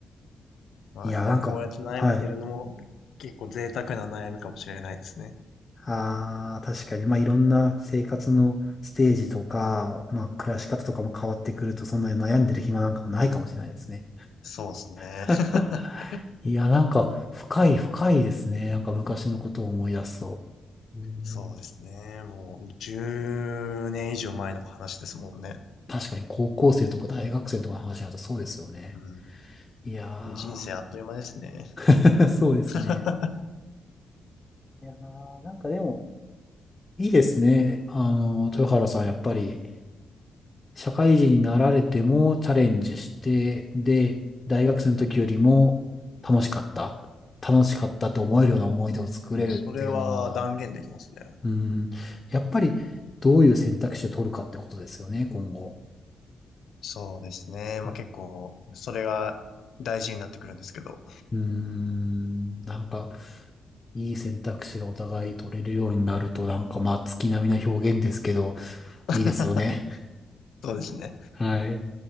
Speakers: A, on the left; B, on the left.
A: まあ今こうやって悩めてるのも結構贅沢な悩みかもしれないですね。
B: いや、なんか、はい。ああ、確かに。まあいろんな生活のステージとか、まあ暮らし方とかも変わってくると、そんなに悩んでる暇なんかもないかもしれないですね。
A: そうですね。
B: <laughs>
A: <laughs>
B: いや、なんか深い深いですね。なんか昔のことを思い出すと。うん
A: そうですね。もう10年以上前の話ですもんね。
B: 確かに高校生とか大学生とかの話になるとそうですよね。
A: う
B: いや
A: ん。人生あっという間ですね。
B: ー、<laughs> そうですね。
A: <laughs>
B: いやー、なんかでも、いいですね。あの、豊原さん、やっぱり、社会人になられてもチャレンジして、で、大学生の時よりも楽しかった。楽しかったと思えるような思い出を作れるっていうのは、
A: うん。それは断言できますね。
B: うん、やっぱり、どういう選択肢を取るかってことですよね、今後。
A: そうですね。まあ結構、
B: うん
A: それが大事になってくるんですけど。
B: うーん、なんか、いい選択肢がお互い取れるようになると、なんかまあ、月並みな表現ですけど、
A: <laughs>
B: いいですよね。
A: そうですね。
B: はい。